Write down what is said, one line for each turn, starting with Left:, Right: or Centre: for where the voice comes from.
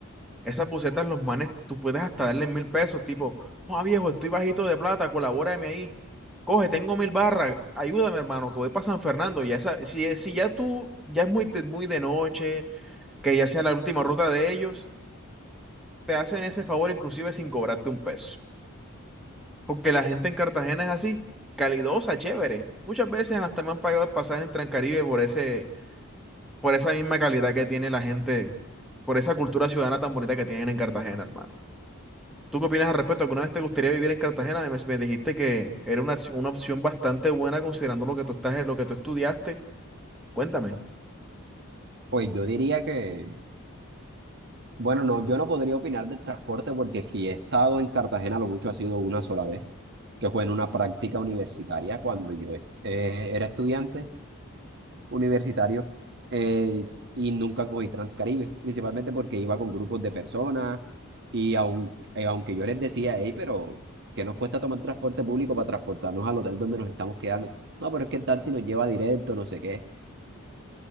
Centre: esas busetas los manes, tú puedes hasta darles mil pesos, tipo, oh viejo, estoy bajito de plata, colabórame ahí. Coge, tengo mil barras, ayúdame hermano, que voy para San Fernando. Ya esa, si, si ya tú, ya es muy, te- muy de noche, que ya sea la última ruta de ellos, te hacen ese favor inclusive sin cobrarte un peso. Porque la gente en Cartagena es así, calidosa, chévere. Muchas veces hasta me han pagado el pasaje en Transcaribe por ese, por esa misma calidad que tiene la gente, por esa cultura ciudadana tan bonita que tienen en Cartagena, hermano. ¿Tú qué opinas al respecto? ¿Alguna vez te gustaría vivir en Cartagena? Me, me dijiste que era una, una opción bastante buena considerando lo que tú estás, lo que tú estudiaste. Cuéntame.
Right: Pues yo diría que, bueno, no, yo no podría opinar del transporte porque si he estado en Cartagena, lo mucho ha sido una sola vez, que fue en una práctica universitaria cuando yo eh, era estudiante universitario eh, y nunca cogí Transcaribe, principalmente porque iba con grupos de personas y aun- eh, aunque yo les decía, hey, pero ¿qué nos cuesta tomar transporte público para transportarnos al hotel donde nos estamos quedando? No, pero es que el taxi nos lleva directo, no sé qué.